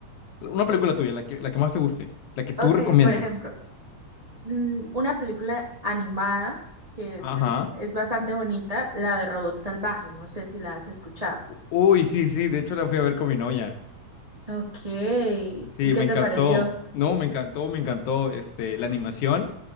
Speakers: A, on the left; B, on the right.
A: Una película tuya, la que, la que más te guste, la que tú
B: Ok,
A: recomiendes.
B: por ejemplo, mm, una película animada que
A: Ajá.
B: pues, es bastante bonita, la de Robot Salvaje, no sé si la has escuchado.
A: Uy, sí, sí, de hecho la fui a ver con mi novia.
B: Ok, ¿y
A: Sí,
B: ¿qué
A: me
B: te
A: encantó.
B: pareció?
A: No, me encantó, me encantó este, la animación,